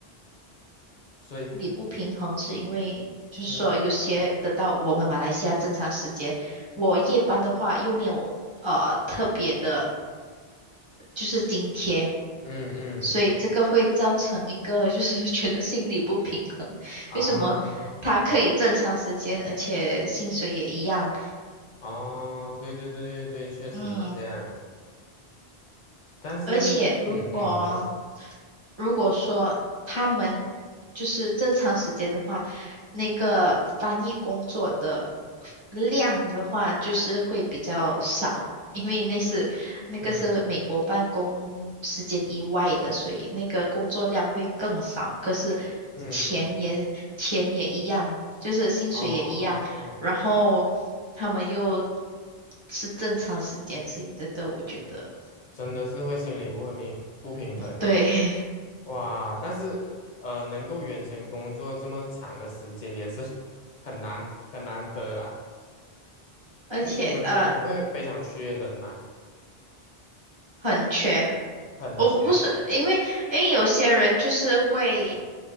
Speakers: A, on the left; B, on the right.
A: 所以，
B: 心理不平衡是因为，就是说有些得到我们马来西亚正常时间，
A: 嗯
B: 我夜班的话又没有呃特别的，就是津贴，
A: 嗯嗯
B: 所以这个会造成一个就是 <laughs> 觉得心理不平衡。
A: 啊，
B: 为什么他可以正常时间，而且薪水也一样？
A: 哦，对对对对对，确实是这样。
B: 嗯，
A: 但是，
B: 而且如果
A: 嗯嗯，没错，
B: 如果说他们就是正常时间的话，那个翻译工作的量的话，就是会比较少，因为那是那个是美国办公时间以外的，
A: 嗯
B: 所以那个工作量会更少。可是
A: 嗯，
B: 钱也钱也一样，就是薪水也一样，
A: 哦，
B: 然后他们又是正常时间，所以这个我觉得
A: 真的是会心理不平不平衡呢。
B: 对。<laughs>
A: 哇，但是呃，能够远程工作这么长的时间也是 <laughs> 很难很难得啦。
B: 而且呃
A: 那你们这一行会非常缺人吗？
B: 很缺。
A: 很缺
B: 我不不是因为因为有些人就是会